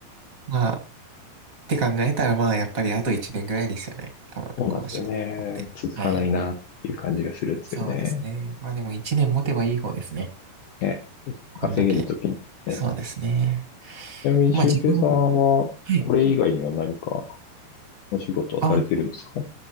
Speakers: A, on the right; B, on the left.
A: まあって考えたら、まあ、やっぱりあと1年ぐらいですよね。多分、
B: そうなんですよね。
A: この仕事持ってる。
B: 続かないなっていう感じがするんですよね。
A: はい。そうですね。まあでも1年持てばいい方ですね。
B: ね、
A: こんだけ。
B: 稼げるときにね。
A: そうですね。
B: ちなみに、
A: まあ自分、
B: 俊平さんは、
A: はい。
B: これ以外には何かお仕事はされてるんですか
A: あ、は